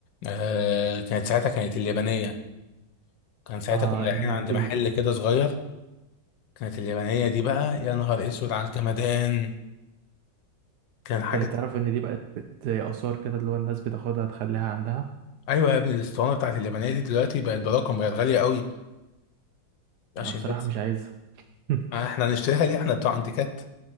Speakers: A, on the left (about 75°); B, on the right (about 70°).
A: آه كانت ساعتها كانت اليابانيه كان ساعتها
B: اه
A: كنا رايحين
B: النينتندو
A: عند محل
B: انت
A: كده صغير كانت اليابانيه دي بقى يا نهار اسود على الجمدان كان حاجه
B: اللي تعرف ان دي بقت بت- زي اثار كده اللي هو الناس بتاخدها تخليها عندها
A: ايوه يا ابني الاسطوانه بتاعت اليابانيه دي دلوقتي بقت برقم بقت غاليه قوي عشان
B: انا بصراحه
A: بس
B: مش عايزها <laughs>
A: آه، احنا هنشتريها ليه احنا بتوع انتيكات